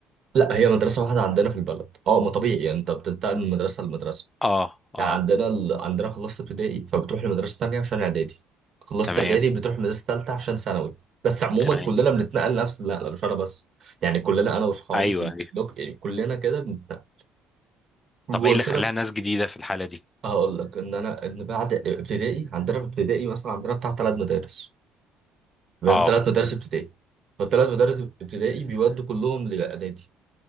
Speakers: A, on the right (about 50°); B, on the left (about 20°).
A: لا هي مدرسه واحده عندنا في البلد اه ما طبيعي يعني انت بتنتقل من مدرسه لمدرسه
B: اه اه
A: يعني عندنا ال... عندنا خلصت ابتدائي فبتروح لمدرسة تانية عشان اعدادي خلصت
B: تمام
A: اعدادي بتروح مدرسة تالتة عشان ثانوي بس عموما
B: تمام
A: كلنا بنتنقل نفس لا لا مش انا بس يعني كلنا انا واصحابي
B: ايوه
A: بال-
B: ايوه
A: باللوك يعني كلنا كده بنتنقل وقلت
B: طب ايه اللي خلاها
A: لك
B: ناس جديدة في الحالة دي
A: هقول لك ان انا ان بعد ابتدائي عندنا في ابتدائي مثلا عندنا بتاع ثلاث مدارس فاهم
B: اه
A: ثلاث مدارس ابتدائي فالثلاث مدارس ابتدائي بيودوا كلهم لاعدادي